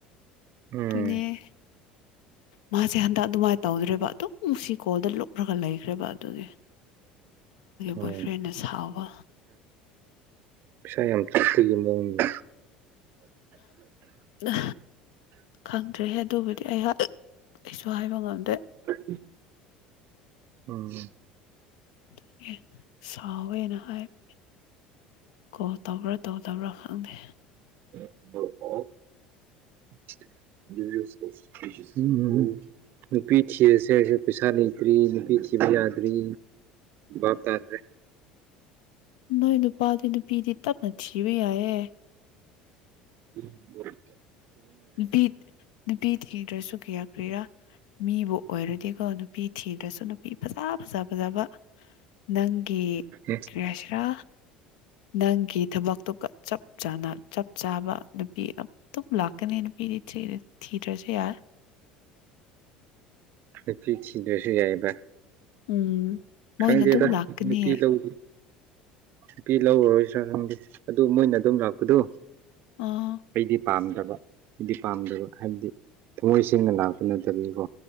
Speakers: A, on the right; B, on the left.
A: ꯎꯝ
B: ꯑꯗꯨꯅꯦ ꯃꯥꯁꯦ ꯍꯟꯗꯛ ꯑꯗꯨꯃꯥꯏꯅ ꯇꯧꯗ꯭ꯔꯦꯕ ꯑꯗꯨꯝ ꯁꯤ ꯀꯣꯜꯗ ꯂꯨꯞꯂꯒ ꯂꯩꯈ꯭ꯔꯦꯕ ꯑꯗꯨꯒꯤ <inaudible>
A: ꯎꯝ
B: ꯕꯣꯏ ꯐ꯭ꯔꯦꯟꯅ ꯁꯥꯎꯕ
A: ꯄꯁꯥ ꯌꯥꯝꯝ ꯊ ꯐꯏ ꯃꯅ
B: ꯑ ꯈꯪꯗ꯭ꯔꯦꯍꯦ ꯑꯗꯨꯕꯨꯗꯤ ꯑꯩꯍꯥꯛ ꯑꯩꯁꯨ ꯍꯥꯏꯕ ꯉꯝꯗ꯭ꯔꯦ
A: ꯎꯝ ꯎꯝ
B: ꯇꯦ ꯁꯥꯎꯋꯦꯅ ꯍꯥꯏꯕ ꯀꯣꯜ ꯇꯧꯕ꯭ꯔꯥ ꯇꯧꯗꯕ꯭ꯔꯥ ꯈꯪꯗꯦ
A: <inaudible> <inaudible> ꯅꯨꯄꯤ ꯊꯤꯔꯁꯦ ꯑꯩꯁꯨ ꯄꯩꯁꯥ ꯂꯩꯇ꯭ꯔꯤ ꯅꯨꯄꯤ ꯊꯤꯕ ꯌꯥꯗ꯭ꯔꯤ ꯥꯇꯗ꯭ꯔꯦ
B: ꯅ ꯏꯅ ꯅꯨ ꯄꯄꯥꯗꯅ ꯅꯨ ꯄꯤꯗꯤ ꯇꯞꯅꯊꯤꯕꯨ ꯌꯥꯌꯦ
A: ꯎꯝ
B: ꯅꯨꯄꯤ ꯅꯨꯄꯤ ꯊꯤꯡꯗ꯭ꯔꯁꯨ ꯀꯌꯥ ꯀꯔꯤꯔꯥ ꯃꯤꯕꯨ ꯑꯣꯏꯔꯗꯤꯀꯣ ꯅꯨꯄꯤ ꯊꯤꯗ꯭ꯔꯁꯨ ꯅꯨꯄꯤ ꯐꯖ ꯐꯖ ꯐꯖꯕ ꯅꯪꯒꯤ
A: ꯑꯦ
B: ꯀ꯭ꯔꯤꯌꯥꯁꯤꯔꯥ ꯅꯪꯒꯤ ꯊꯕꯛꯇꯨꯒ ꯆꯞ ꯆꯥꯅ ꯆꯞ ꯆꯥꯕ ꯅꯨꯄꯤ ꯑꯇꯝ ꯂꯥꯛ ꯀꯅꯦ ꯅꯨꯄꯤꯗꯤ ꯊꯤꯗ꯭ꯔꯁꯨꯦ ꯌꯥꯔꯦ
A: ꯅꯨꯄꯤꯤ ꯊꯤꯗꯨꯁꯨ ꯌꯥꯏꯑꯕ
B: ꯎꯝ ꯃꯣꯏꯅ
A: ꯈꯪꯗꯦꯗ
B: ꯑꯗꯨꯝ ꯂꯥꯛꯀꯅꯤ
A: ꯅꯨꯄꯤ ꯂꯧ ꯅꯨꯄꯤ ꯂꯧꯔꯔꯣꯏꯁ꯭ꯔꯥ ꯈꯪꯗꯦ ꯑꯗꯨ ꯃꯣꯏꯅ ꯑꯗꯨꯝ ꯂꯥꯛꯄꯗꯣ
B: ꯑ
A: ꯑꯩꯗꯤ ꯄꯥꯝꯗꯕ ꯑꯩꯗꯤ ꯄꯥꯝꯗꯕ ꯍꯥꯏꯕꯗꯤ ꯊꯃꯣꯏ ꯁꯦꯡꯅ ꯂꯥꯛꯄ ꯅꯠꯇꯕꯤꯀꯣ